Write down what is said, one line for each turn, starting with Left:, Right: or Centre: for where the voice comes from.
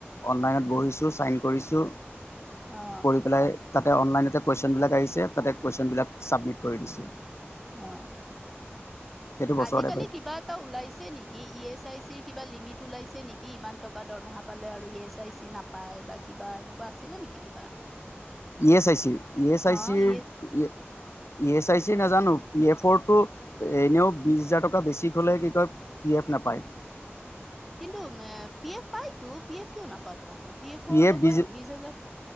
Left: অনলাইনত বহিছোঁ চাইন কৰিছোঁ।
Centre: অ
Left: কৰি পেলাই তাতে অনলাইনতে কুয়েচন বিলাক আহিছে তাতে কুয়েচন বিলাক চাবমিট কৰি দিছোঁ।
Centre: অ
Left: সেইটো বছৰতে
Centre: আজিকালি
Left: পাই
Centre: কিবা এটা ওলাইছে নেকি? ই এছ আই চি কিবা লিমিট ওলাইছে নেকি? ইমান টকা দৰমহা পালে আৰু ই এছ আই চি নাপায় বা কিবা এনেকুৱা আছিলে নেকি? নেকি কিবা।
Left: ই এছ আই চিৰ ই এছ আই
Centre: অ
Left: চিৰ
Centre: ই এছ
Left: ইয়ে ই এছ চাই চিৰ নেজানো। পি এফৰ টো এনেও বিশ হাজাৰ টকা বেছি হ'লে কি কয় পি এফ নাপায়।
Centre: কিন্তু এ পি এফ পাইতো পি এফ কিয় নাপাব আকৌ। এফৰ
Left: পি এফ
Centre: লগত
Left: বিশ
Centre: হাজাৰ